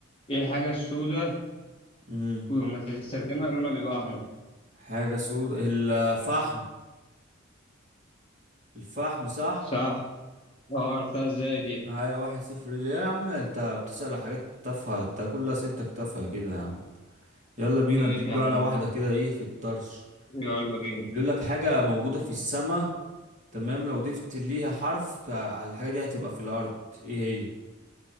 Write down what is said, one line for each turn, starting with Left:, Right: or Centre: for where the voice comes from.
Left: ايه الحاجة السوداء
Right: امم
Left: ولما تستخدمها لونها بيبقى أحمر
Right: حاجة سودة الفحم الفحم صح
Left: صح أه عرفتها إزاي دي
Right: هيا واحد صفر ليه يا عم انت بتسأل حاجات تافهة انت كل أسئلتك تافهة كده يا عم يلا بينا
Left: ماشي
Right: اديك بقى
Left: يا عم
Right: أنا
Left: زيد.
Right: واحدة كده ايه في الطرش
Left: يلا بينا
Right: بيقول لك حاجة موجودة في السماء تمام لو ضفت ليها حرف على الحاجة دي هتبقى في الأرض ايه هي